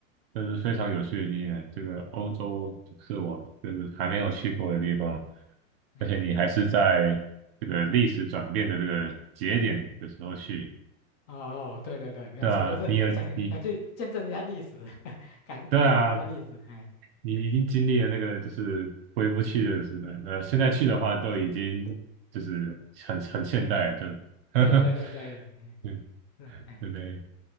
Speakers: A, on the right (about 45°); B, on the left (about 30°).
A: 这是非常有趣的经验。这个欧洲是我这个还没有去过的地方，
B: 嗯，
A: 而且你还是在这个历史转变的这个节点的时候去，
B: 哎，哦，对对对，没有错，
A: 对啊，
B: 就是想想去见证一下历史，
A: 你有你，
B: <laughs> 感感受一下历史，
A: 对啊，
B: 哎，
A: 你已经经历了那个就是回不去的时代，那现在去的话都已经就是很很现代了就，
B: 嗯
A: <laughs> 呵呵，
B: 对对对对，哎，
A: 对
B: 是，哎。
A: 对不对，